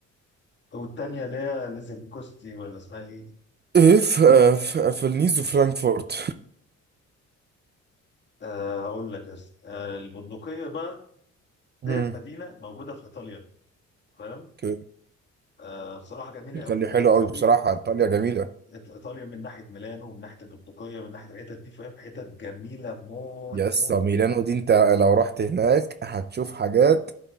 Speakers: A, on the left; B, on the right.
A: او التانية اللي هي ليزنكوستي ولا اسمها ايه
B: ايه في آه، في, في النيز وفرانكفورت
A: آه اقول لك بس آه البندقية بقى ديت
B: مم.
A: مدينة موجودة في ايطاليا فاهم
B: اوكي.
A: آه بصراحة جميلة
B: ايطاليا
A: قوي
B: حلوه
A: قوي
B: قوي
A: قوي
B: بصراحه ايطاليا جميله
A: إيط- ايطاليا من ناحية ميلانو من ناحية البندقية من ناحية الحتت دي فاهم حتت جميلة موت
B: يس
A: موت
B: ميلانو دي انت لو رحت هناك هتشوف حاجات